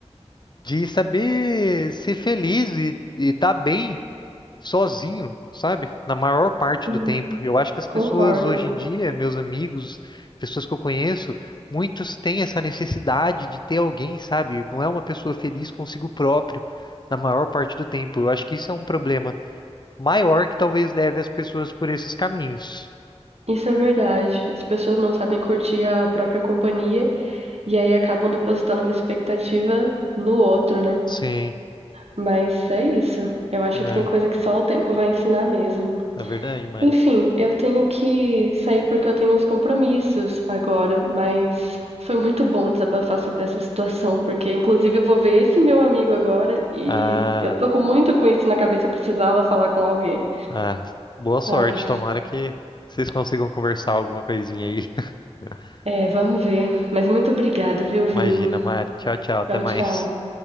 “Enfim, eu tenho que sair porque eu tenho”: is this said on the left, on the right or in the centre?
Right